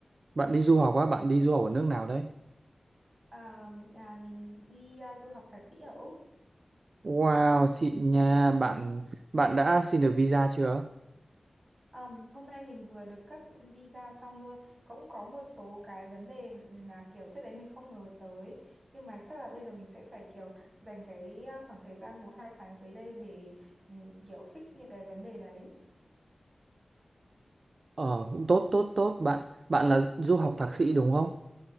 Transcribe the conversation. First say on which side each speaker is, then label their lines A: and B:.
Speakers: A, on the right; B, on the right.
A: Bạn đi du học á, bạn đi du học ở nước nào đấy?
B: À, à, mình đi à, du học thạc sĩ ở Úc.
A: Wow, xịn nha, bạn bạn đã xin được visa chưa?
B: Ờm, hôm nay mình vừa được cấp visa xong luôn. Cũng có một số cái vấn đề là kiểu trước đấy mình không ngờ tới. Nhưng mà chắc là bây giờ mình sẽ phải kiểu dành cái à, khoảng thời gian một hai tháng tới đây để ừ, kiểu fix những cái vấn đề đấy
A: Ờ, cũng tốt tốt tốt, bạn bạn là du học thạc sĩ đúng không?